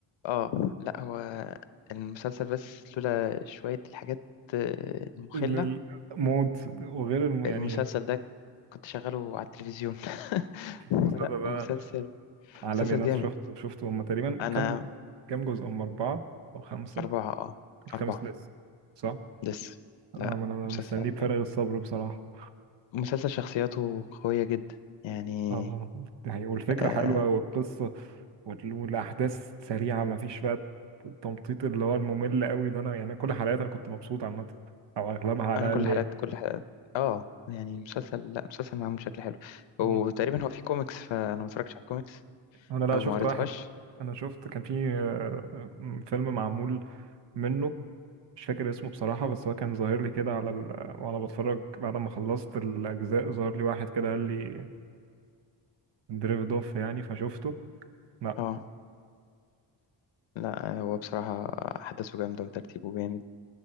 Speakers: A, on the left; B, on the right.
A: اه لا هو المسلسل بس لولا شوية الحاجات آه، المخلة
B: ال- الموت وغير الم... يعني
A: المسلسل ده كنت شغاله على التلفزيون <laughs> فلا
B: المسلسل ده
A: مسلسل
B: عالمي
A: مسلسل
B: أنا
A: جامد
B: شفته شفته هما تقريبا
A: أنا
B: كام كام جزء هما أربعة أو خمسة
A: أربعة اه
B: الخامس
A: أربعة
B: لسه صح؟
A: لسه
B: اه
A: لا
B: ما أنا
A: مسلسل
B: مستنيه بفارغ الصبر بصراحة
A: مسلسل شخصياته قوية جدا يعني
B: اه ده هي- والفكرة
A: آه
B: حلوة والقصة وال- والأحداث سريعة مفيش بقى التمطيط اللي هو الممل قوي ده أنا يعني كل حلقات أنا كنت مبسوط عامة أو أغلبها على
A: أنا كل
B: الأقل
A: حلقات
B: آه. يعني
A: كل حلقات اه يعني المسلسل لا مسلسل معمول بشكل حلو
B: مم.
A: وتقريبا هو فيه كوميكس فأنا ما اتفرجتش على الكوميكس
B: أنا لا
A: أو
B: شفت
A: ما قريتهاش
B: طب واحد كويس أنا شفت كان في آه، فيلم معمول منه مش فاكر اسمه بصراحة بس هو كان ظاهر لي كده على ال... وأنا بتفرج بعد ما خلصت الأجزاء ظهر لي واحد كده قال لي دريفد أوف يعني فشفته لا
A: اه لا هو بصراحة أحداثه جامدة وترتيبه جامد